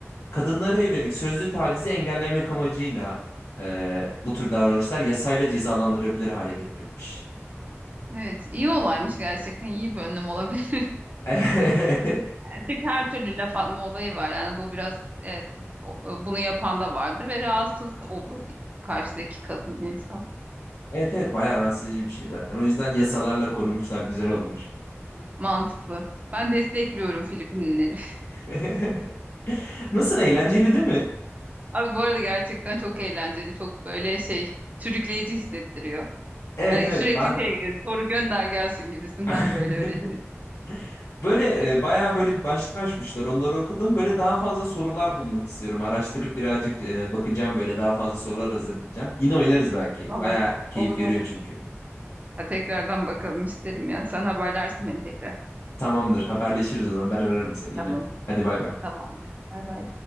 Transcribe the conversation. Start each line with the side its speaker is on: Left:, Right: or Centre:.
Left: Kadınlara yönelik sözlü tacizi engellemek amacıyla e, bu tür davranışlar yasayla cezalandırabilir hale getirilmiş.
Right: Evet iyi olaymış gerçekten iyi bir önlem olabilir.
Left: <laughs>
Right: <laughs> Çünkü her türlü laf atma olayı var. Yani bu biraz evet o- o- bunu yapan da vardır ve rahatsız olur karşıdaki kadın insan.
Left: Evet evet bayağı rahatsız edici bir şey zaten. O yüzden yasalarla korumuşlar güzel olmuş.
Right: Mantıklı. Ben destekliyorum Filipinleri.
Left: <laughs> Nasıl eğlenceli değil mi?
Right: Abi bu arada gerçekten çok eğlenceli, çok böyle şey sürükleyici hissettiriyor.
Left: Evet
Right: Yani
Left: evet
Right: sürekli
Left: ben
Right: şey e, soru gönder gelsin gibisinden
Left: <laughs>
Right: böyle öyle hisset.
Left: böyle e, bayağı böyle bir başlık açmışlar. Onları okudum. Böyle daha fazla sorular bulmak istiyorum. Araştırıp birazcık e, bakacağım böyle daha fazla sorular hazırlayacağım. Yine oynarız belki.
Right: Olur,
Left: Bayağı keyif
Right: olur,
Left: veriyor
Right: olur.
Left: çünkü.
Right: Ha, tekrardan bakalım isterim ya. Sen haberlersin beni tekrar.
Left: Tamamdır haberleşiriz o zaman ben ararım seni yine.
Right: Tamam,
Left: Hadi bay bay.
Right: tamamdır. Bay bay.